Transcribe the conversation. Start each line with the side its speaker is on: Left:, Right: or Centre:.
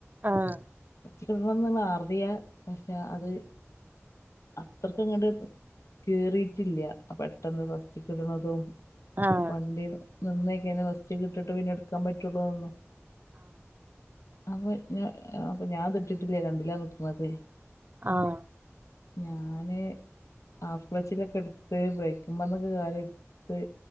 Right: ആഹ്
Left: ഫസ്റ്റിക് യ്ക്ക് ഇടണന്ന് അറിയാം പക്ഷെ അത് അത്രക്ക് അങ്ങോട്ട് കേറിട്ടില്ല പെട്ടെന്ന് ഫസ്റ്റ്ക്ക് ഇടുന്നതും
Right: ആഹ്
Left: വണ്ടി നിന്നേക്കനെ ഫസ്റ്റ്ക്ക് ഇട്ടിട്ട് പിന്നെ എടുക്കാൻ പറ്റുള്ളുന്ന് അപ്പോ ഞ ഞാൻ അപ്പോ ഞാനതിട്ടിട്ടില്ല രണ്ടിലാ നിക്കണത്
Right: ആഹ്
Left: ഞാന് ഹാഫ് ക്ലച്ചിലെക്കെ എടുത്ത് ബ്രേക്ക്മേന്നൊക്കെ കാലെ എടുത്ത്